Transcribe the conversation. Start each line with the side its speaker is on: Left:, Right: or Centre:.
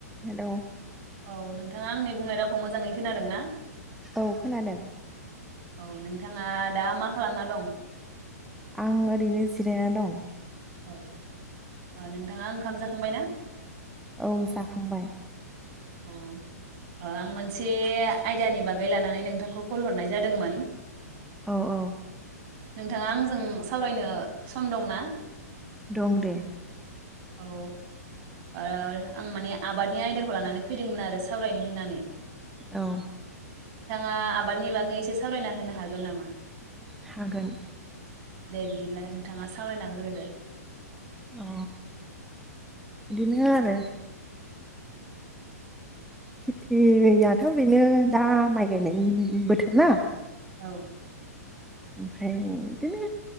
Centre: Hello
Right: औ नोंथाङा आंनि बुंनाय रावखौ मोजाङै खोनादों ना
Centre: औ खोनादों।
Right: औ नोंथाङा दा मा खालामना दं?
Centre: आं ओरैनो जिरायना दं।
Right: औ नोंथाङा ओंखाम जाखांबाय ना?
Centre: औ जाखांबाय।
Right: अ आं <unintelligible> मोनसे आयदानि बागै लानानै नोंथांखौ कल हरनाय जादोंमोन।
Centre: औ औ
Right: नोंथाङा आंजों सावरायनो सम दंना
Centre: दं दे
Right: औ आं माने आबादनि आयदाखौ लानानै फैदोंमोन आरो सावरायनो होननानै
Centre: औ
Right: आ आबादनि बागै एसे सावरायना होनो हागोन नामा?
Centre: हागोन
Right: दे बिदिब्ला नोंथाङा सावरायना होग्रोदो
Centre: अ बिनो आरो खेथियाथ बेनो दा माइ गायनायनि बोथोरना
Right: औ
Centre: ओमफ्राय बिदिनो